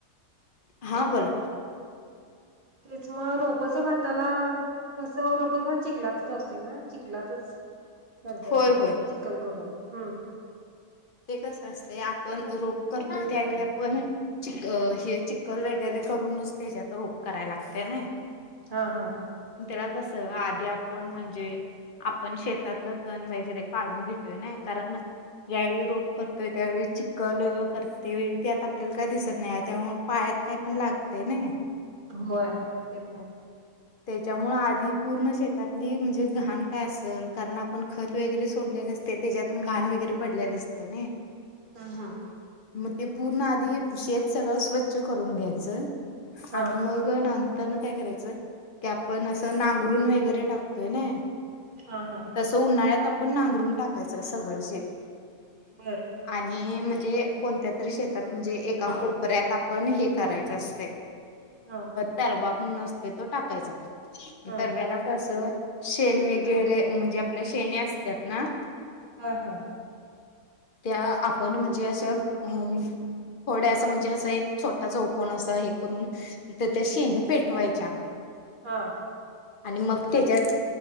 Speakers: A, on the left (about 45°); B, on the right (about 35°).
A: हां बोला
B: तेचं म रोपच भाताला, कसं रोपच भात चिखलातच असते ना. चिखलातच करतात
A: होय
B: ते
A: होय.
B: चिखल करून, हम्मं
A: ते कस असतय, आपण रोप करतो त्यावेळी आपण चिख. अ,
B: हम्म
A: चिख चिखल वगैरे करूनच तेज्यात रोप करायला लागतय नय
B: हां, हां
A: त्याला कसं आधी आपण म्हणजे आपण शेतातलं तण वगैरे काढून घेतोय नय कारण ज्यावेळी रोप करतोय त्यावेळी चिखल करते वेळी त्यात आपल्याला काय दिसत नाही हाय, त्यामुळे पायात काय पण लागतय नयी
B: होय ते पण <unintelligible>
A: त्येच्यामुळं आधी पूर्ण शेतातली म्हणजे घाण काय असल कारण आपण खत वगैरे सोडलेले असतय त्येज्यातून घाण वगैरे पडलेलं असतंय नयी
B: हं. हा
A: मग ते पूर्ण आधी शेत सगळं स्वच्छ करून घ्यायचं
B: हा
A: आणि मग नंतरन काय करायचं, ते आपण असं नांगरून वगैरे टाकतोय नय
B: हां, हां
A: तसं उन्हाळ्यात आपण नांगरून टाकायचं सगळं शेत
B: बरं
A: आणि म्हणजे कोणत्या तरी शेतात म्हणजे एका कोपऱ्यात आपण हे करायचं असतय
B: हा
A: तरवाप म्हणून असतोय तो टाकायचा,
B: हा
A: तरव्याला कस शेण वगैरे म्हणजे आपल्या शेणी असत्यात ना
B: हं, हां
A: त्या आपण म्हणजे असं हम थोड्या असं म्हणजे असं एक छोटा चौकोन असं हे करून तिथे शेणी पेटवायच्या
B: हां
A: आणि मग त्येज्यात,